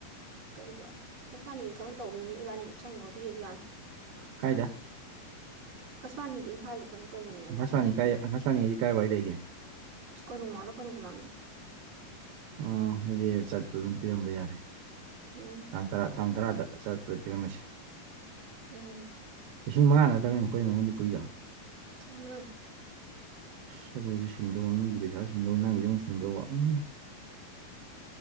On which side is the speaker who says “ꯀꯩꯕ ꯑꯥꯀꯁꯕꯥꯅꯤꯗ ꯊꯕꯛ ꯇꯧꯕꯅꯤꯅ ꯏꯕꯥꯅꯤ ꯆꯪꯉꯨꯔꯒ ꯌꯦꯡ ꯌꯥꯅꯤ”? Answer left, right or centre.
Right